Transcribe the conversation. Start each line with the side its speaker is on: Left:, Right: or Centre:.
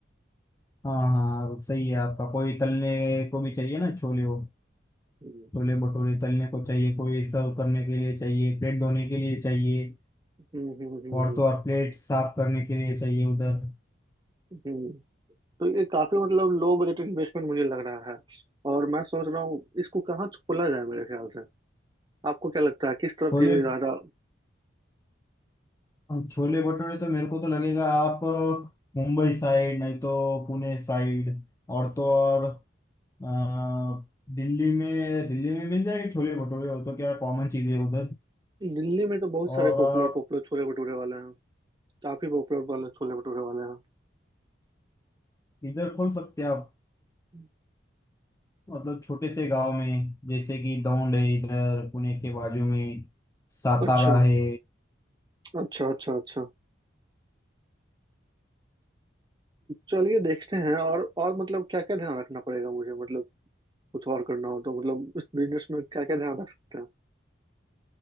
Left: हाँ हाँ हाँ, सही है आपका कोई तलने को भी चाहिए ना छोले हो
Right: हम्म,
Left: छोले भटूरे तलने को चाहिए कोई सर्व करने के लिए चाहिए प्लेट धोने के लिए चाहिए
Right: हम्म, हम्म, हम्म,
Left: और तो और प्लेट साफ करने के लिए चाहिए उधर
Right: हम्म, हम्म। तो ये काफी मतलब लो बजट इन्वेस्टमेंट मुझे लग रहा है और मैं सोच रहा हूँ इसको कहाँ खोला जाए मेरे ख्याल से आपको क्या लगता है किस तरफ
Left: छोले
Right: ये ज्यादा
Left: छोले भटूरे तो मेरे को तो लगेगा आप मुंबई साइड नहीं तो पुणे साइड और तो और अ, दिल्ली में दिल्ली में मिल जाएगी छोले भटूरे और तो क्या कॉमन चीज़ है उधर
Right: दिल्ली में तो बहुत
Left: और
Right: सारे पॉपुलर
Left: आप
Right: पॉपुलर छोले भटूरे वाले हैं काफी पॉपुलर वाले छोले भटूरे वाले
Left: इधर खोल सकते हैं आप
Right: हैं
Left: मतलब छोटे से गांव में जैसे कि दौंड है इधर पुणे के बाजू में सातारा
Right: अच्छा
Left: है
Right: अच्छा अच्छा अच्छा चलिए देखते हैं और और मतलब क्या क्या ध्यान रखना पड़ेगा मुझे मतलब कुछ और करना हो तो मतलब इस बिजनेस में क्या क्या ध्यान रख सकते हैं